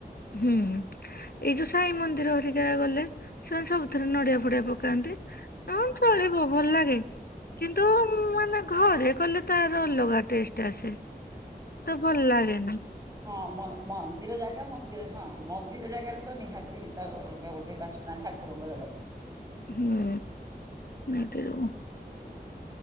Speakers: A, on the left; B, on the right.
A: ହୁଁ। ଏଇ ଯୋଉ ସାଇ ମନ୍ଦିର ହେରିକା ଗଲେ ସେମାନେ ସବୁଥିରେ ନଡିଆ ଫଡିଆ ପକାନ୍ତି। ହଁ ଚଳିବ ଭଲ ଲାଗେ। କିନ୍ତୁ ମାନେ ଘରେ କଲେ ତାର ଅଲଗା ଟେଷ୍ଟ ଆସେ। ତେ ଭଲ ଲାଗେନା।
B: ହଁ ମ ମନ୍ଦିର ଜାଗା ମ ମନ୍ଦିର ହଁ ମନ୍ଦିର ଜାଗାରେ ତ ନିହାତି ତାର ଅଲଗା ଗୋଟେ ବାସନା ଠାକୁରଙ୍କ ଜାଗାରେ।
A: ହୁଁ ନାଇଁ ତ ଆଉ